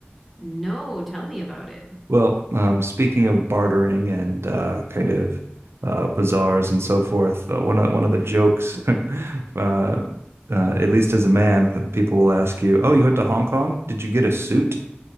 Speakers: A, in the centre; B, on the right.
A: No, tell me about it.
B: Well, um, speaking of bartering and uh, kind of uh, bazaars and so forth, uh, one of one of the jokes, <laughs> uh, uh, at least as a man, people will ask you, "Oh, you went to Hong Kong? Did you get a suit?"